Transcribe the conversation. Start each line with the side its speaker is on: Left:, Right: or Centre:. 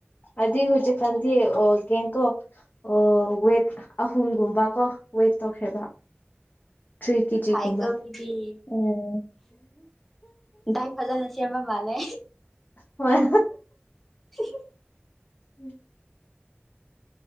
Left: ꯍꯥꯏꯗꯤ ꯍꯨꯖꯤꯛꯀꯥꯟꯗꯤ ꯑꯣꯒꯦꯡꯀꯣ ꯑꯣ ꯋꯦꯠ ꯑꯍꯨꯝꯒꯨꯝꯕ ꯀꯣ ꯋꯦꯠ ꯇꯧꯈ꯭ꯔꯦꯕ ꯊ꯭ꯔꯤ ꯀꯦꯖꯤꯒꯨꯝꯕ
Centre: ꯐꯥꯏꯀꯣ ꯃꯤꯗꯤ
Left: ꯎꯝ
Centre: ꯗꯥꯏꯠ ꯐꯖꯅ ꯁꯦꯝꯕ ꯃꯥꯜꯂꯦ
Left: ꯍꯣꯏ
Centre: <unintelligible>
Left: ꯎꯝ